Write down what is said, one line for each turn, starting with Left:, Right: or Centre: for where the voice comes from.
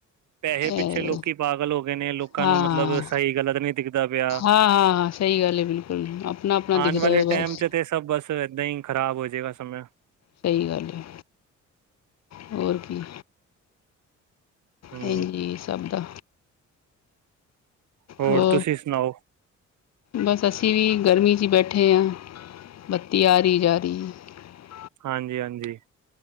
Right: ਪੈਸੇ
Left: ਇਹ
Right: ਪਿੱਛੇ ਲੋਕੀ ਪਾਗਲ ਹੋ ਗਏ ਨੇ, ਲੋਕਾਂ
Left: ਹਾਂ
Right: ਨੂੰ ਮਤਲਬ ਸਹੀ ਗਲਤ ਨੀ ਦਿਖਦਾ ਪਿਆ।
Left: ਹਾਂ ਹਾਂ ਸਹੀ ਗੱਲ ਹੈ ਬਿਲਕੁਲ ਆਪਣਾ ਆਪਣਾ
Right: ਆਉਣ
Left: ਦਿਖਦਾ
Right: ਵਾਲੇ
Left: ਹੈ ਬਸ
Right: ਟਾਈਮ ਚ ਤੇ, ਸਭ ਬਸ ਇੱਦਾਂ ਹੀ ਖ਼ਰਾਬ ਹੋ ਜਾਏਗਾ ਸਮੇ।
Left: ਸਹੀ ਗੱਲ ਐ, ਹੋਰ ਕੀ।
Right: ਹਮ
Left: ਇੰਝ ਜੀ ਸਭ ਦਾ
Right: ਹੋਰ
Left: ਹੋ,
Right: ਤੁਸੀਂ ਸੁਣਾਓ
Left: ਬਸ ਅਸੀਂ ਵੀ ਗਰਮੀ ਚ ਬੈਠੇ ਠੇ ਆ ਬੱਤੀ ਆਰੀ ਜਾਰੀ ਐ।
Right: ਹਾਂਜੀ ਹਾਂਜੀ।